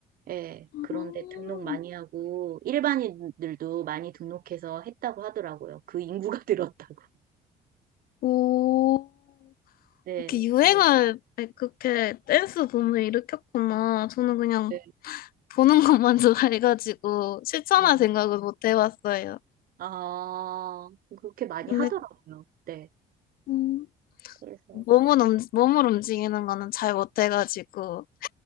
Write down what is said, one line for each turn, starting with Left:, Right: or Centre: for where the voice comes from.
Right: 예,
Left: 음.
Right: 그런데 등록 많이 하고, 일반인들도 많이 등록해서 했다고 하더라고요. 그 인구가 <laughs> 늘었다고.
Left: 오,
Right: 네.
Left: 이렇게 유행을 그렇게 댄스 붐을 일으켰구나. 저는 그냥
Right: 네.
Left: 보는 것만 <laughs> 좋아해가지고 실천할
Right: 어.
Left: 생각은 못 해봤어요.
Right: 아, 그렇게 많이
Left: 근데
Right: 하더라고요. 네.
Left: 음,
Right: 그래서
Left: 몸은, 움- 몸을 움직이는 거는 잘 못해가지고.